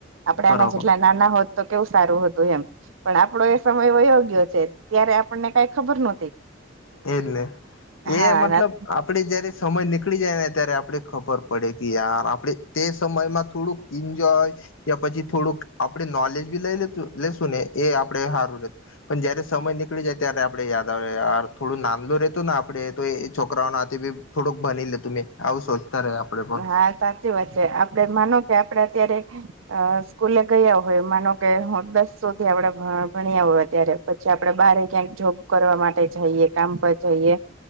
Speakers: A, on the right; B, on the left.
A: આપડે
B: બરાબર
A: આના જેટલા નાના હોત તો કેવું સારું હતું એમ પણ આપડો એ સમય વયો ગ્યો છે. ત્યારે આપણને કાંઈ ખબર નોતી
B: તેજ ને તે
A: હા
B: મતલબ આ પડે જયારે સમય નીકળી જાય ને ત્યારે આપડે ખબર પડે કે યાર આપણે તે સમયમાં થોડુંક ઈન્જોય યા પછી થોડુંક આપડે નોલેજ બી લઈ લેશું લેશુને એ આપડે હારું રેત પન જયારે સમય નીકળી જાય ત્યારે આપડે યાદ આવે યાર થોડું નાંનલુ રેતું ને આપડે તો એ છોકરાઓને હાથે બી થોડુંક ભની લેતું મેં આવુ સોચતા રેય આપડે પણ
A: હા સાચી વાત છે આપડે માનો કે આપડે અત્યારે અ સ્કૂલે ગયા હોય માનો કે હું દસ સુધી આપડે ભ ભણ્યા હોય અત્યારે પછી આપડે બારે ક્યાંક જોબ કરવા માટે જાઈએ કામ પર જાઈએ